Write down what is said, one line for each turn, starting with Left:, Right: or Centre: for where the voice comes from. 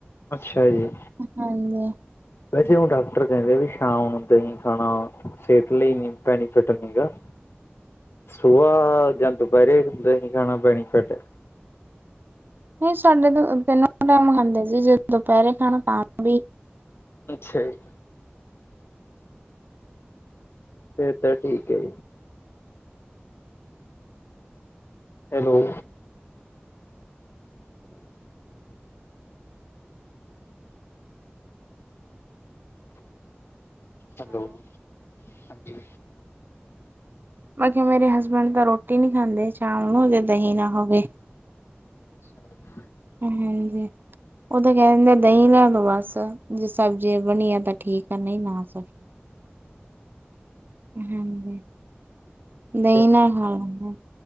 Left: ਅੱਛਾ ਜੀ।
Right: ਹਾਂਜੀ
Left: ਵੈਸੇ ਹੁਣ ਡਾਕਟਰ ਕੇਂਦੇ ਆ ਵੀ ਸ਼ਾਮ ਨੂੰ ਦਹੀਂ ਖਾਣਾ ਸੇਤ ਲਈ ਨੀ ਬੈਨੀਫਿਟ ਹੈਗਾ। ਸੁਭਾ ਜਾਂ ਦੁਪੈਰੇ ਦਹੀ ਖਾਣਾ ਬੈਨੀਫਿਟ ਆ।
Right: ਨਈ ਸਾਡੇ ਤਾ ਪੇਲਾ ਤਿੰਨੋ ਟਾਈਮ ਖਾਂਦੇ ਸੀਗੇ, ਦੁਪੈਰੇ ਖਾਣਾ ਤਾਂ ਵੀ।
Left: ਅੱਛਾ ਜੀ। ਫੇਰ ਤਾਂ ਠੀਕ ਹੈ। ਹੈਲੋ ਹੈਲੋ, ਹਾਂਜੀ।
Right: ਮੈਂ ਕੇਹਾ ਮੇਰੇ ਹਸਬੈਂਡ ਤਾਂ ਰੋਟੀ ਨਈ ਖਾਂਦੇ, ਚਾਵਲ ਨਾ ਹੋਵੇ ਦਹੀਂ ਨਾ ਹੋਵੇ।
Left: ਅੱਛਾ ਜੀ।
Right: ਹਾਂਜੀ। ਉਹ ਤਾਂ ਕੈ ਦਿੰਦੇ ਦਹੀਂ ਲਿਆ ਦੋ ਬਸ, ਜੇ ਸਬਜ਼ੀ ਬਣੀ ਆ ਤਾਂ ਠੀਕ ਆ, ਨਹੀਂ ਨਾ ਸਈ। ਸਹੀ ਹਾਂਜੀ। ਦਈ
Left: ਦਹੀਂ
Right: ਨਾਲ ਖਾ ਲੇਂਦੇ।